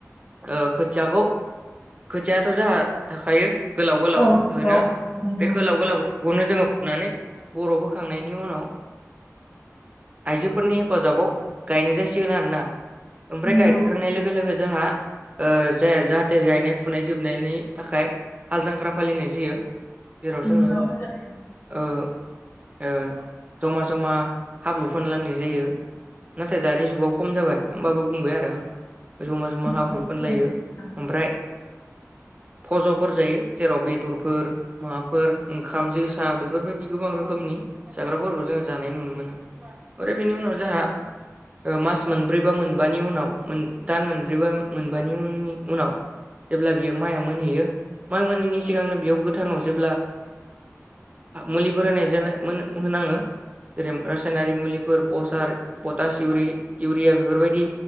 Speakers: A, on the right (about 25°); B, on the left (about 60°).
A: ओ खोथियाखौ खोथियााथ' जाहा थाखायो गोलाव गोलाव
B: औ नंगौ
A: होनो
B: नोंथां
A: बे गोलाव गोलाव बेखौनो जोङो मोननानै बर' होखांनायनि उनाव आइजोफोरनि हेफाजाबाव गायनाय जासिगोन आरोोना ओमफ्राय
B: नंगौ
A: गायखा खांनाय लोगो लोगो जोंहा ज जाहाथे गायनाय फुनाय जोबनायनि थाखाय हाल जांख्रा फालिनाय जायो जेराव
B: नंगौ
A: जों
B: थारैनो
A: ओ ओ जमा जमा हाब्रु फोनलानाय जायो नाथाय दानि जुगाव खम जाबाय होमबाबो बुंबाय आरो आं जमा जमा
B: नंगौ
A: हाब्रु फोनलायो
B: थारैनो
A: ओमफ्राय फज'फोर जायो जेराव बेदरफोर माबाफोर ओंखाम जोसा बेफोरबायदि गोबां रोखोमनि जाग्राफोरखौ जोङो जानाय नुनो मोना ओमफ्राय बिनि उनाव जोंहा मास मोनब्रैबा मोनबानि उनाव दान मोनब्रैबा मोनबानि उननि उनाव जेब्ला बियो माइआ मोनहैयो माइ मोनैनि सिगांनो बेयाव गो थाङाव जेब्ला मुलि फरायनाय जो मोनाङो जेरै रासायनारि मुलिफोर पसार पटास इउरि इउरिया बेफोरबायदि